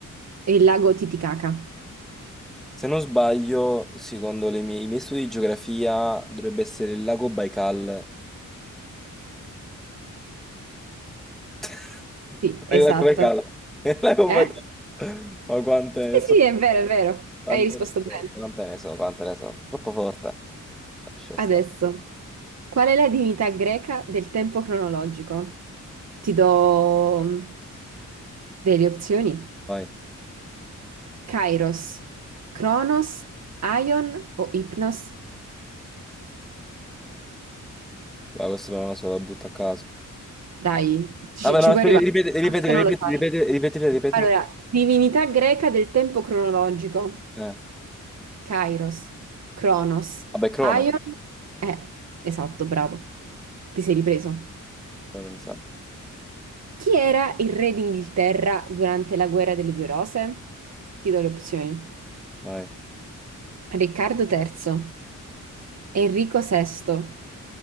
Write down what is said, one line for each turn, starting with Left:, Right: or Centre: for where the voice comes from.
Right: e Lago Titicaca.
Centre: Se non sbaglio, secondo le mie- i miei studi di geografia, dovrebbe essere il lago Baikal. <laughs> Non
Right: Sì, esatto.
Centre: è il lago Baikal, <laughs> è il lago
Right: Eh?
Centre: Baikal. Ma quante ne
Right: Sì,
Centre: so,
Right: sì, è vero, è vero.
Centre: quante
Right: Hai risposto
Centre: ne
Right: bene.
Centre: so, quante ne so, quante ne so. Troppo forte. Lascia stare.
Right: Adesso, qual è la divinità greca del tempo cronologico? Ti do mm, delle opzioni.
Centre: Vai,
Right: Kairos, Cronos, Aion o Ipnos?
Centre: Va, questo non lo so, lo butto a caso.
Right: Dai, ci,
Centre: Vabbè,
Right: ci
Centre: no, aspetta,
Right: puoi arrivare,
Centre: ripeti, ripeti,
Right: anche se non
Centre: ripeti,
Right: lo sai.
Centre: ripeti, ripeti, ripeti.
Right: Allora, divinità greca del tempo cronologico.
Centre: Eh.
Right: Kairos, Cronos,
Centre: Vabbè, Crono,
Right: Aion. Eh, esatto, bravo. Ti sei ripreso.
Centre: ce l'ho pensato.
Right: Chi era il re d'Inghilterra durante la guerra delle due rose? Ti do le opzioni.
Centre: Vai,
Right: Riccardo III, Enrico VI,